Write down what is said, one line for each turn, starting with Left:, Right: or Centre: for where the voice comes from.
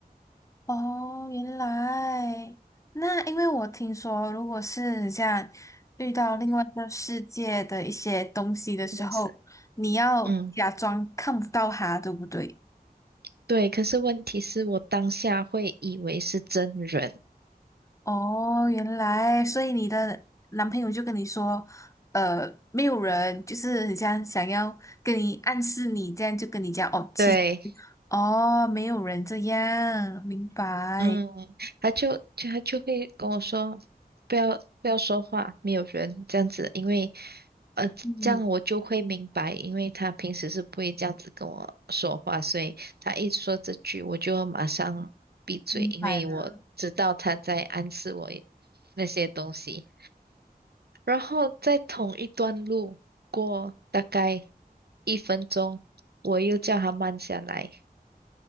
Left: 哦，原来那因为我听说，如果是像遇到另外一个世界的一些东西的时候，
Right: 是，
Left: 你要假装看不到它，
Right: 嗯，
Left: 对不对？
Right: 对。可是问题是我当下会以为是真人。
Left: 哦，原来，所以你的男朋友就跟你说，呃，没有人，就是很像想要跟你暗示你，这样就跟你讲，哦，其，
Right: 对，
Left: 哦，没有人这样，明白，
Right: 嗯，他就就他就会跟我说，不要不要说话，没有人这样子，因为呃这样我就会明白，
Left: 嗯，
Right: 因为他平时是不会这样子跟我说话，所以他一说这句，我就马上闭嘴，
Left: 明白了。
Right: 因为我知道他在暗示我那些东西。然后在同一段路过大概一分钟，我又叫他慢下来，